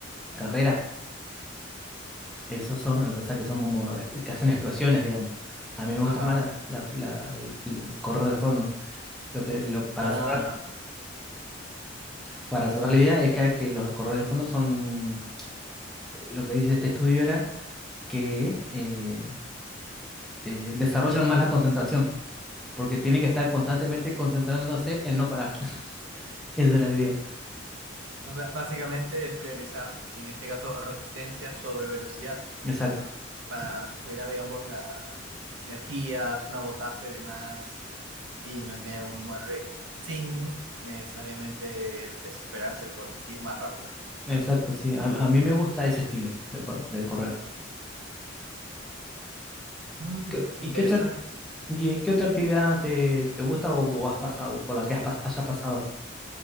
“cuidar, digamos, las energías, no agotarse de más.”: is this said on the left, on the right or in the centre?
Right